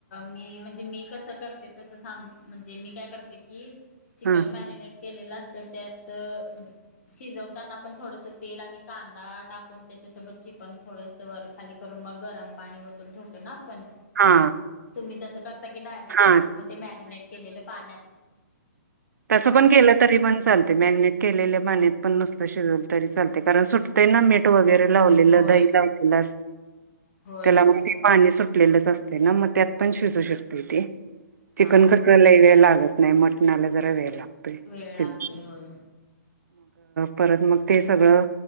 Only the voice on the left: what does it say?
मी म्हणजे मी कसं करते तस हा म्हणजे मी काय करते की चिकन
मरेनेट केलल असत तर त्यात मज शिजवताना पण थोडस तेल आणि कांदा टाकून त्याच्यासोबत पण थोडस वर खाली करून मग गरम पाणी वतून ठेवतो ना आपण
मी तस करता की डायरेक्टच
मग ते मॅरिनेट केलेलं पाण्यात
हा
होय
होय
होय
हा हा
वेळ लागते होय